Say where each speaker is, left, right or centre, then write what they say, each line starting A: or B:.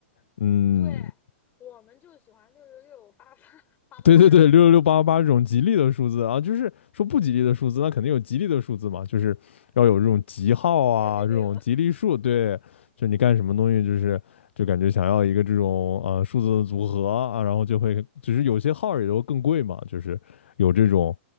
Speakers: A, on the left; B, on the left.
A: 嗯，
B: 对。我们就喜欢六六六八八八八八，
A: <laughs> 对对对，六六六八八八这种吉利的数字啊，就是说不吉利的数字，那肯定有吉利的数字嘛，就是要有这种吉号啊，
B: 六六六，
A: 这种吉利数，对，就是你干什么东西，就是就感觉想要一个这种呃数字的组合啊，然后就会，就是有些号也都更贵嘛，就是有这种，